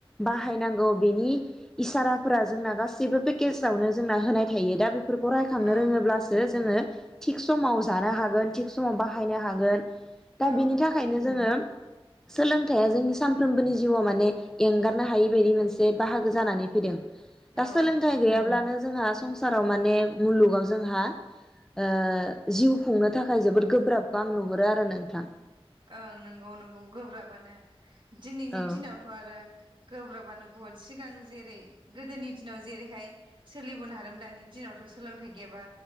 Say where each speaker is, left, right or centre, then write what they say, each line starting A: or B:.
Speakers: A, in the centre; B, on the right (about 55°).
A: बाहायनांगौ बेनि इसाराफोरा जोंना गासैबो पेकेजावनो जोंना होनाय थायो दा बे फोरखौ रायखांनो
B: औ
A: रोङोब्लासो जोङो थिग समाव जानो हागोन थिग समाव बाहायनो हागोन। दा
B: औ
A: बिनि थाखायनो जोङो सोलोंथाइया जोंनि सानफ्रोमबोनि जिउआव माने एंगार नो हायि बायदि मोनसे बाहागो जानानै फैदों। दा
B: औ
A: सोलोंथाइ गैयाब्लानो जोंहा संसाराव माने मुलुगाव जोंहा ओ जिउ खुंनो थाखाय जोबोद गोब्राब आं नुहुरो आरो नोंथां।
B: ओं नोंगौ नोंगौ गोब्राबानो। दिनैनि
A: औ
B: दिनावथ आरो गोब्राबानो। बुहुद सिगां जेरै गोदोनि दिनाव जेरैहाय सोलिबोनो हादों दानि दिनावथ' सोलोंथाइ गैयाबा